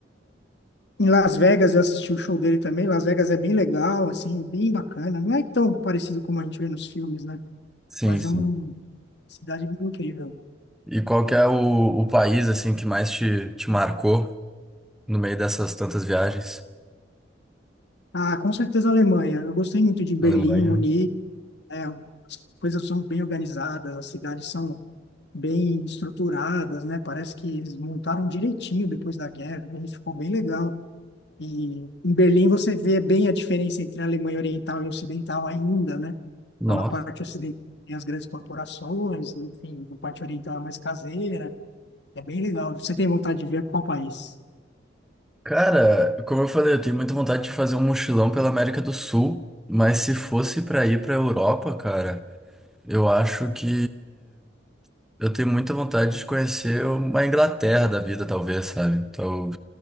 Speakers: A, on the left; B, in the centre.
A: Em Las Vegas eu assisti o show dele também. Las Vegas é bem legal, assim, é bem bacana. Não é tão parecido como a gente vê nos filmes, né?
B: Sim,
A: Mas
B: sim.
A: é uma cidade incrível.
B: E qual que é o, o país, assim, que mais te, te marcou no meio dessas tantas viagens?
A: Ah, com certeza a Alemanha. Eu gostei muito de Berlim,
B: Alemanha.
A: Munique. É, as coisas são bem organizadas, as cidades são bem estruturadas, né? Parece que eles montaram direitinho depois da guerra. E ficou bem legal. E em Berlim você vê bem a diferença entre a Alemanha Oriental e Ocidental ainda, né?
B: Nossa.
A: Então, na parte ocidental tem as grandes corporações, enfim, a parte oriental é mais caseira. É bem legal. Você tem vontade de ver para qual país?
B: Cara, como eu falei, eu tenho muita vontade de fazer um mochilão pela América do Sul, mas se fosse pra ir pra Europa, cara, eu acho que. Eu tenho muita vontade de conhecer uma Inglaterra da vida, talvez, sabe? Então,